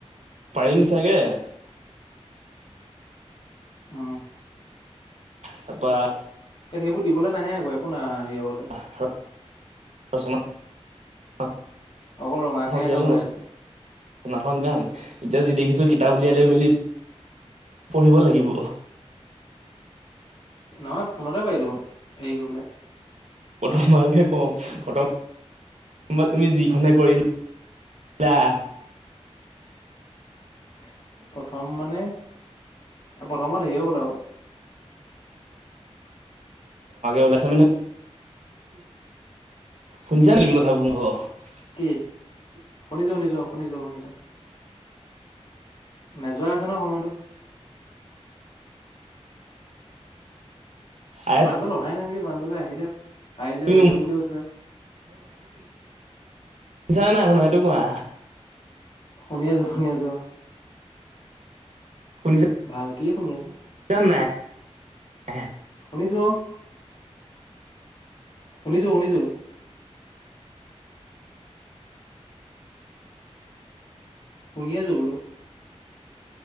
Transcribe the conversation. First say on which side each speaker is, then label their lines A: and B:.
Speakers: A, on the right; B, on the left.
A: পাৰিম চাগে।
B: উম।
A: তাপা।
B: সেইবোৰ দিবলৈ নাহে আকৌ একো নাই
A: <unintelligible>
B: হেৰিয়ৰ অহা। আগতে
A: ৰচনাখন
B: অকল ৰঙাকেহে
A: উলিয়ালো
B: এটা ওলাই আছে।
A: ৰচনাখন গাম এতিয়া যি দেখিছো- কিতাপ উলিয়াই
B: উম
A: লৈ মেলি পঢ়িব লাগিব।
B: নহয় ফোনতে পাৰি দেখোন হেৰি কৰিবলে
A: প্ৰথবাৰকে কওঁ প্ৰথম তুমি যিখনে কৰিলা।
B: <inaudible> প্ৰথম মানে প্ৰথমত হেৰি হৈ গ'ল আৰু
A: ওলাইছে মানে শুনিছানে তুমি কথাবোৰ মোৰ ভাগৰ
B: কি শুনিছোঁ শুনিছোঁ অঁ, শুনিছোঁ। নেযোৱা আছে নহয় সময়টো।
A: আই
B: প্ৰাঞ্জল অহাই নাই নেকি? প্ৰাঞ্জল দা আহিলে আহিলে
A: তুমি
B: হেৰি কৰিম বুলি কৈছিলে।
A: শুনিছানে নাই শুনা সেইটো কোৱা।
B: শুনি আছো শুনি আছো।
A: শুনিছা
B: ভালকেই শুনি আছো।
A: <unintelligible>
B: শুনিছো অঁ, শুনিছো শুনিছো। শুনি আছো বোলো।